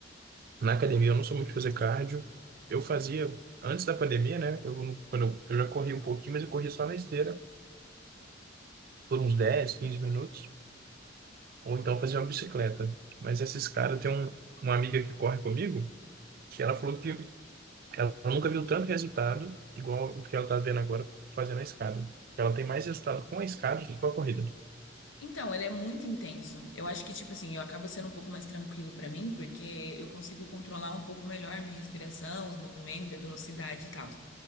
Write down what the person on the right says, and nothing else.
Na academia eu não sou muito de fazer cardio. Eu fazia antes da pandemia, né? Eu, não- quando eu, eu já corri um pouquinho, mas eu corri só na esteira por uns 10 15 minutos, ou então fazia uma bicicleta. Mas esses caras, tem um, uma amiga que corre comigo, que ela falou que ela nunca viu tanto resultado igual o que ela tá vendo agora fazendo a escada. Ela tem mais resultado com a escada do que com a corrida.